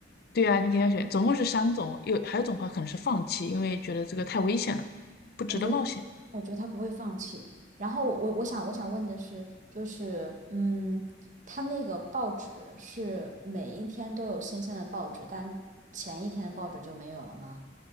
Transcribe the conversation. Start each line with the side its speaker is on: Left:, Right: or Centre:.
Left: 对啊，你肯定要选，总共是三种，有还有一种话可能是放弃，因为觉得这个太危险了，不值得冒险。
Right: 我觉得，我觉得他不会放弃。然后我我想我想问的是，就是嗯，他那个报纸是每一天都有新鲜的报纸，但前一天的报纸就没有了吗？